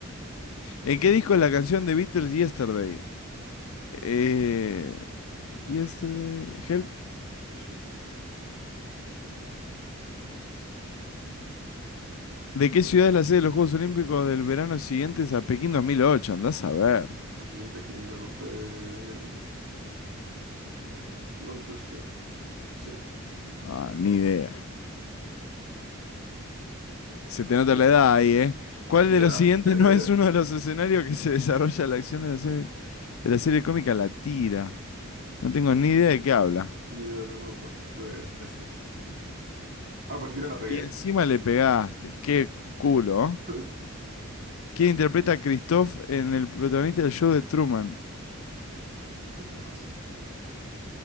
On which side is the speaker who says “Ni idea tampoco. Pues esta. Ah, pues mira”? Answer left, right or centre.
Right